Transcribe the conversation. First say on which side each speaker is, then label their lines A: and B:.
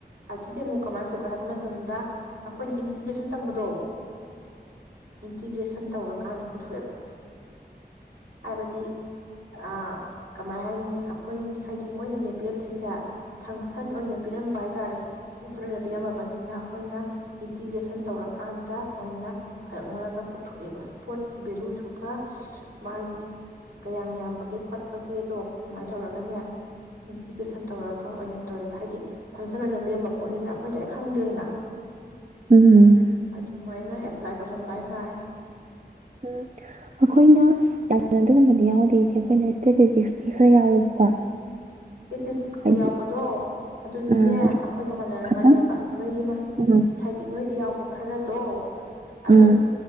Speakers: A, on the right; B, on the right.
A: ꯑꯁꯤꯁꯦ ꯑꯃꯨꯛ ꯀꯃꯥꯏꯅ ꯄꯨꯊꯣꯛꯀꯦ ꯍꯥꯏꯕ ꯃꯇꯝꯗ ꯑꯈꯣꯏꯅ ꯏꯟꯇꯤꯒ꯭ꯔꯦꯁꯟ ꯇꯝꯕꯗꯣ ꯏꯟꯇꯤꯒ꯭ꯔꯦꯁꯟ ꯇꯧꯔꯛ ꯀꯥꯟꯗꯦ ꯄꯨꯊꯣꯛꯑꯦꯕ ꯍꯥꯏꯕꯗꯤ ꯑ ꯀꯃꯥꯏ ꯍꯥꯏꯅꯤ ꯑꯩꯈꯣꯏ ꯍꯥꯏꯗꯤ ꯃꯣꯏꯅ ꯅꯦ ꯄꯤꯔꯛꯇꯣꯏꯁꯦ ꯐꯪꯁꯟ ꯑꯣꯏꯅ ꯄꯤꯔꯝꯕ ꯍꯥꯏꯇꯥꯔꯦ <inaudible> ꯑꯣꯏꯅ ꯄꯤꯔꯝꯃꯕꯅꯤꯅ ꯑꯩꯈꯣꯏꯅ ꯏꯟꯇꯤꯒ꯭ꯔꯦꯁꯟ ꯇꯧꯔꯀꯥꯟꯗ ꯑꯣꯏꯅ ꯈꯥꯏꯗꯣꯛꯅꯔꯒ ꯄꯨꯊꯣꯛꯑꯦꯕ ꯄꯣꯠꯀꯤ ꯚꯦꯂꯨꯗꯨꯒ ꯃꯥꯒꯤ ꯀꯌꯥꯝ ꯌꯥꯝꯕꯒꯦ ꯈꯣꯠꯄꯒꯦ ꯑꯗꯣ ꯑꯗꯨꯃꯥꯏꯅ ꯇꯧꯔꯒꯅꯦ ꯏꯟꯇꯤꯒ꯭ꯔꯦꯁꯟ ꯇꯧꯔꯒ ꯑꯣꯏꯅ ꯇꯧꯋꯦꯕ ꯍꯥꯏꯗꯤ ꯐꯪꯁꯟ ꯑꯣꯏꯅ ꯄꯤꯔꯝꯕ ꯄꯣꯠꯅꯤꯅ ꯑꯩꯈꯣꯏ ꯗꯥꯏꯔꯦꯛ ꯈꯪꯗ꯭ꯔꯦꯗꯅ꯫
B: ꯎꯝ ꯎꯝ
A: <unintelligible> ꯑꯗꯨꯃꯥꯏꯅ ꯐ꯭ꯂꯥꯏꯠ <unintelligible> ꯍꯥꯏꯇꯥꯔꯦ
B: ꯎꯝ ꯑꯩꯈꯣꯏꯅ ꯌꯥꯝꯅ ꯑꯗꯨꯒꯨꯝꯕꯗꯤ ꯌꯥꯎꯗꯦ ꯏꯆꯦ ꯑꯩꯈꯣꯏꯅ ꯏꯁꯇꯦꯇꯦꯇꯤꯛꯁꯇꯤ ꯈꯔ ꯌꯥꯎꯋꯦꯕꯀꯣ
A: ꯏꯁꯇꯦꯇꯦꯇꯤꯛꯁꯇ
B: ꯍꯥꯏꯗꯤ
A: ꯌꯥꯎꯕꯗꯣ ꯑꯗꯨꯗꯤꯅꯦ
B: ꯑꯥ ꯑꯗꯨ
A: ꯑꯩꯈꯣꯏꯒ ꯃꯥꯟꯅꯔꯝꯃꯅꯦꯕ
B: ꯈꯇꯪ
A: ꯅꯣꯏꯒꯤ
B: ꯎꯝ
A: ꯍꯥꯏꯗꯤ ꯅꯣꯏ ꯇ ꯌꯥꯎꯕ ꯈꯔꯗꯣ ꯑꯗꯨꯝ
B: ꯎꯝ